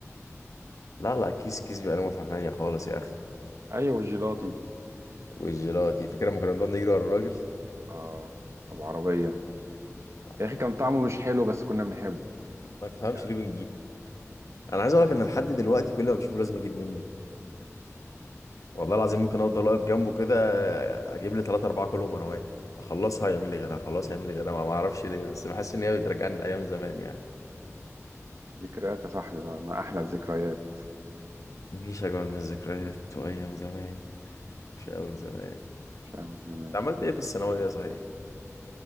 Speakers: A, on the left (about 80°); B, on the right (about 60°).
A: لا لا كيس كيس بيبقى له متعة تانية خالص يا اخي
B: ايوه والجيلاطي
A: والجيلاتي فاكر لما كنا بنقعد نجري ورا الراجل
B: اه ابو عربيه
A: آه.
B: يا اخي كان طعمه مش حلو بس كنا بنحبه
A: ما تفهمش
B: لا،
A: ليه بنجيب انا عايز اقول لك ان لحد دلوقتي كل ما بشوفه لازم اجيب منه والله العظيم ممكن افضل واقف جنبه كده اجيب لي ثلاثة أربعة كلهم وانا واقف اخلصها يعمل لي غيرها اخلصها يعمل لي غيرها ما ما اعرفش ليه بس بحس ان هي بترجعني لايام زمان يعني
B: ذكريات يا صاحبي ما, ما احلى الذكريات
A: مفيش اجمل من الذكريات وايام زمان وشقاوة زمان
B: شقاوة زمان
A: انت عملت ايه في الثانوية صحيح